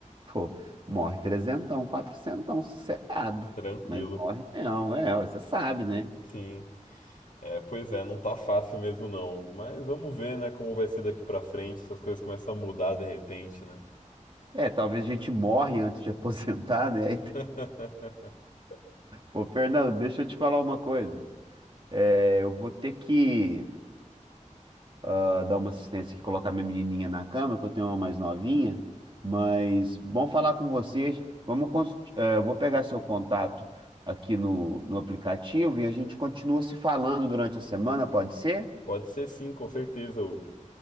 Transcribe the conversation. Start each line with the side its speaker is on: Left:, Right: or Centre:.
Right: pô, morre trezentão, quatrocentão, sossegado.
Left: tranquilo.
Right: Mas morre não, é, você sabe, né?
Left: Sim. É, pois é, não tá fácil mesmo não, Hugo. Mas vamos ver, né, como vai ser daqui pra frente, se as coisas começam a mudar de repente, né?
Right: É, talvez a gente morre antes de aposentar, né?
Left: <laughs>
Right: <laughs> Aí- Ô, Fernando, deixa eu te falar uma coisa. É, eu vou ter que ah, dar uma assistência aqui, colocar minha menininha na cama, que eu tenho uma mais novinha. Mas bom falar com vocês. Vamos, cons- é, eu vou pegar seu contato aqui no, no aplicativo e a gente continua se falando durante a semana, pode ser?
Left: Pode ser sim, com certeza, Hugo.